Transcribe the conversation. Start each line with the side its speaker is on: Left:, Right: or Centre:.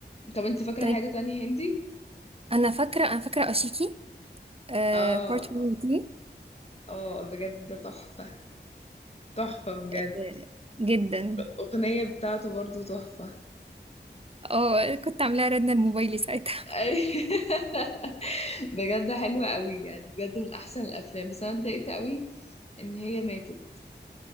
Left: طب انت فاكره
Right: طيب
Left: حاجه تانية هندي
Right: انا فاكرة انا فاكرة اشيكي آه
Left: اه
Right: بارت 1 دي
Left: اه بجد ده تحفه تحفه بجد
Right: آه، جدا
Left: الأغنية بتاعته برضو تحفة
Right: اه كنت عاملاها ردنا الموبايلي ساعتها
Left: أي- <laughs> بجد حلوة قوي يعني بجد من احسن الافلام بس انا اتضايقت قوي ان هي ماتت